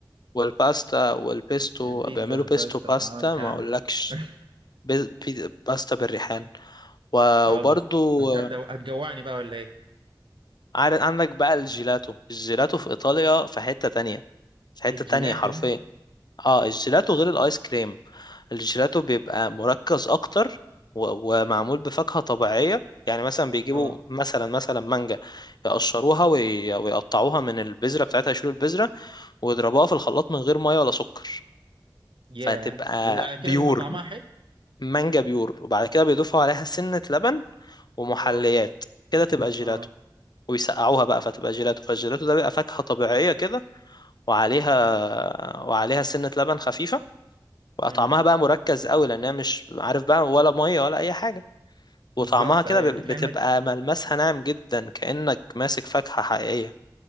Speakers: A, on the left; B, on the right.
A: والباستا والبيستو
B: البيتزا
A: بيعملوا
B: والباستا
A: بيستو باستا
B: أه الكلام
A: ما اقولكش
B: ده <laughs>
A: بيز- بيز- باستا بالريحان و-
B: أه
A: وبرضو
B: بس أنت هتدو- هتجوعني بقى ولا إيه؟
A: عارف عندك بقى الجيلاتو الجيلاتو في ايطاليا في حتة تانية في حتة
B: الجيلاتو
A: تانية حرفيا اه الجيلاتو غير الايس كريم الجيلاتو بيبقى مركز اكتر و- ومعمول بفاكهة طبيعية يعني مثلا بيجيبوا
B: أه
A: مثلا مثلا مانجا يقشروها وي- ويقطعوها من البذرة بتاعتها يشيلوا البذرة ويضربوها في الخلاط من غير مية ولا سكر
B: ياه
A: فتبقى
B: وعلى كده
A: بيور
B: بيبقى طعمها حلو
A: مانجا بيور وبعد كده بيضيفوا عليها سنة لبن ومحليات
B: أه
A: كده تبقى جيلاتو
B: أه
A: ويسقعوها بقى فتبقى جيلاتو فالجيلاتو ده بيبقى فاكهة طبيعية كده وعليها وعليها سنة لبن خفيفة بقى
B: مم.
A: طعمها بقى مركز قوي لأنها مش عارف بقى ولا مية ولا أي حاجة وطعمها
B: بالظبط
A: كده
B: أيوة
A: ب-
B: أنت كأنك
A: بتبقى ملمسها ناعم جدا كأنك ماسك فاكهة حقيقية